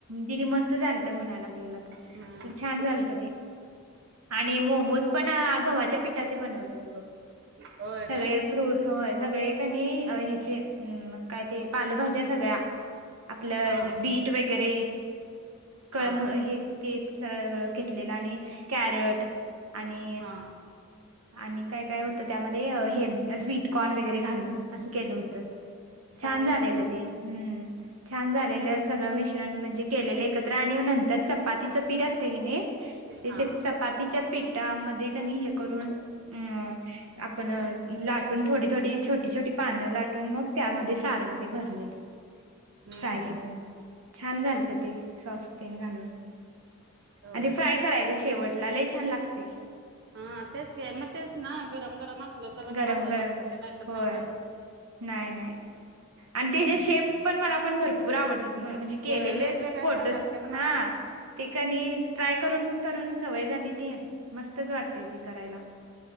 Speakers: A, on the right; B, on the right.
A: दिदी मस्त झालत म्हणायला लागलेला तो
B: हम्म
A: छान झालत ते. आणि मोमोज पण गव्हाच्या पिठाचे बनवलेले गघ
B: होय
A: सगळे
B: काय
A: फ्रूट होय सगळे कनी ह्याचेय. हम्म मग काय ते पालेभाज्या सगळ्या. आपलं
B: हा
A: बीट वगैरे. केळंम.
B: हा
A: हे, ते सगळं घेतलेलं आणि कॅरट आणि
B: हा
A: आणि, काय काय होतं त्यामध्ये. हे, स्वीटकॉर्न वगैरे घालून असं, केल होत.
B: छानच
A: छान झालेलं
B: कि मग
A: ते. हम्म्, छान झालेलं. सगळं मिश्रण म्हणजे, केलेले एकत्र आणि नंतर, चपातीच पीठ असतय की नाही.
B: हा
A: ते चपातीच्या पीठमध्ये <unintelligible> हे करून. अ आपण लाटून, थोडी-थोडी. छोटी-छोटी पान लाटून. मग, त्यामध्ये सारण ते भरलेलं.
B: हम्म
A: फ्राय
B: हम्म
A: केलेलं. छान, झालत ते. सॉस तेन, घालून.
B: होय
A: आधी फ्राय करायच शेवटला लय छान लागतय.
B: हां तेच की मग तेच ना गरम गरम <unintelligible> तरच
A: गरम
B: चांगलं
A: गरम
B: लागत ते, नाहीतर
A: होय
B: नाही लागत.
A: नाही नाही आणि त्याचेे
B: हम्म
A: शेप्स पण मला पण, भरपूर आवडले. म्हणजे केलेले,
B: होय वेगवेगळ्या
A: फोटोज
B: प्रकारचे पण
A: हा.
B: असतात
A: ती कणी, ट्राय करून करून सवय झाली. ती मस्तच वाटतय, ते करायला.